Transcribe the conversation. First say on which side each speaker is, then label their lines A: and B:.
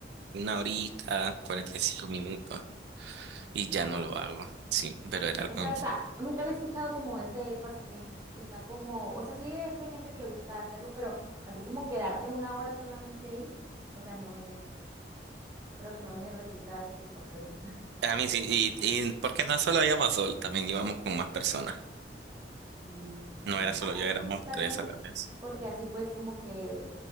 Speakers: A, on the right; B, on the right.
A: una horita, 45 minutos. Y ya
B: Wow.
A: no lo hago. Sí, pero era algo.
B: O sea, está, nunca había escuchado como ese pasatiempo. Está como, o sea, sí hay gente que le gusta hacerlo, pero así como quedarte una hora solamente ahí, o sea, no sé, creo que no me resulta satisfactorio.
A: A mí sí, y, y porque no solo íbamos sol, también íbamos con más personas.
B: Mm, Ok.
A: No era solo
B: Ah,
A: yo, éramos
B: pues está
A: tres
B: bien,
A: a la vez.
B: porque así puedes como que